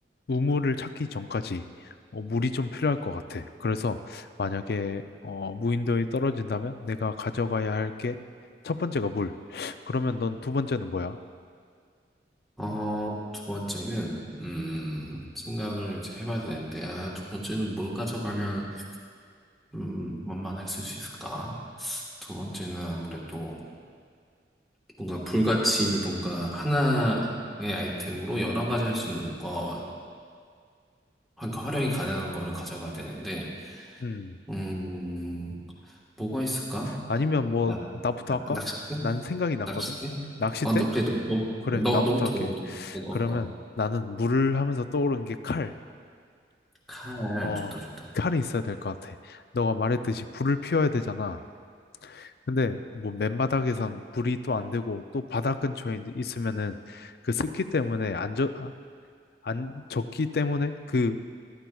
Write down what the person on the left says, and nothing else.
우물을 찾기 전까지 어, 물이 좀 필요할 것 같아. 그래서 만약에 어, 무인도에 떨어진다면 내가 가져가야 할게 첫 번째가 물. 그러면 넌 두 번째는 뭐야?
음.
아니면 뭐
나부터
할까?
난 생각이
났거든. 낚싯대?
그래,
나부터
할게.
그러면
나는 물을 하면서 떠오른 게 칼.
어,
칼이 있어야 될 것 같아. 너가 말했듯이 불을 피워야 되잖아. 근데 뭐 맨바닥에선 불이 또 안 되고 또 바닥 근처에 있- 있으면은 그 습기 때문에 안 젖, 아, 안 젖기 때문에 그,